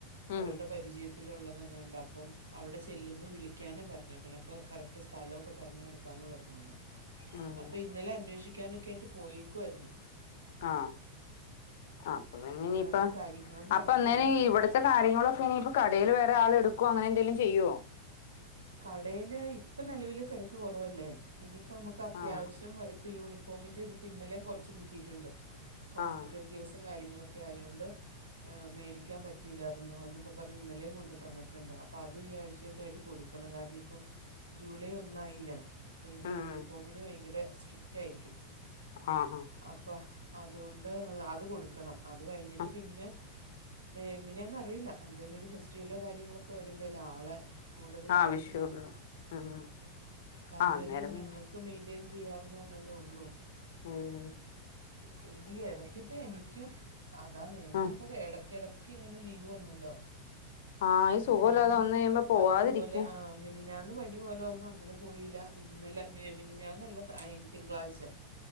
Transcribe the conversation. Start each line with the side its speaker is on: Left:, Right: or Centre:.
Right: അവരുടെ
Left: ഉം
Right: പരിചയ ത്തിലുള്ളതങ്ങാണ്ട് അപ്പം അവിടെ ചെല്ലുമ്പോ വിളിക്കാന പറഞ്ഞേക്കണ അപ്പോ കറക്റ്റ് സ്ഥലൊക്കെ പറഞ് കൊടു ക്കാന്ന് പറഞ്ഞിനു.
Left: ഉം
Right: അപ്പൊ ഇന്നലെ അന്വേഷിക്കാനൊക്കെയിട്ട് പോയേക്കുവായിരുന്നു.
Left: ആഹ് അപ്പൊ പിന്നെ
Right: എന്നാണ്
Left: ഇനിയിപ്പം
Right: കാര്യങ്ങളെന്ന്
Left: അപ്പ
Right: അറിയത്തില്ല
Left: അന്നേരം ഇവിടെ ഇത്തെ കാര്യങ്ങളൊക്കെ ഇനി ഇപ്പ കടയിൽ വേറെ ആളെ എടുക്കോ അങ്ങനെ എന്തെലും ചെയ്യോ?
Right: കടയില് ഇപ്പ നിലവില് തിരക്ക് കുറവല്ലേ ഇനിയിപ്പോ നമുക്ക് അത്യാവശ്യം
Left: ആഹ്
Right: ഇപ്പ യൂണി ഒമെന്റേതിപ്പോ ഇന്നലെയും കുറച്ച് കിട്ടിയിട്ടുണ്ട്. ഹോസ്പിറ്റൽ
Left: ആഹ്
Right: കേസും കാര്യങ്ങളൊക്കെ ആയോണ്ട്. ഏഹ് മേടിക്കാപറ്റില്ലായിരുന്നു എന്നൊക്കെ പറഞ്ഞ് ഇന്നലെ കൊണ്ട്തന്നിട്ടുണ്ട് അപ്പ അത് ഈ ആഴ്ചക്കെ ആയിട്ട് കൊടുക്കും. ക്കണം കാരണം ഇപ്പം ജൂലൈ ഒന്നായില്ലേ. അപ്പ ഇനി
Left: ഉം
Right: യൂണിഫോമിന് ഭയങ്കര സ്ട്രിക് റ്റായിരിക്കും.
Left: ആഹ് ആഹ്.
Right: അപ്പ അതുകൊണ്ട് അത് കൊടുക്കണം. അത് കഴിഞ്ഞിട്ട്
Left: ആഹ്
Right: പിന്നെ എങ്ങനെയാന്നറിയില്ല എന്തെലും ഒരു ഫെസ് റ്റുവലോ കാര്യങ്ങളൊക്കെ വരുമ്പല്ലേ ആളെ കൂടുതൽ
Left: ആവശ്യള്ളൂ
Right: ആവശ്യം വരുന്നേ
Left: ഉം
Right: അപ്പ അതുവരെയും
Left: ആഹ് അന്നേരം
Right: ഞങ്ങക്ക്.
Left: ഉം
Right: ക്ക്‌ മെയ്ന്റെയ്ൻ ചെയ്യാവുന്നതല്ലേ ഉള്ളൂ.
Left: ഉം
Right: ഇത് എടക്കിപ്പ എനിക്ക് അതാന്നെ എനിക്കിപ്പൊ
Left: ആഹ്
Right: എടക്ക് എടക്ക് ക്കിങ്ങനെ ലീവ് വന്നല്ലോ
Left: ആഹ് ഈ
Right: മിനിഞ്ഞാന്ന്
Left: സുഖമില്ലാതെ വന്ന് കഴിയുമ്പോ പോവാതിരിക്ക
Right: പനി പോലെ ആഹ് മിനിഞ്ഞാന്ന് പനി പോലെ വന്നു അങ്ങനെ പോയില്ല ഇന്നലെ മിനിഞ്ഞാന്നല്ല തിങ്കളാഴ്ച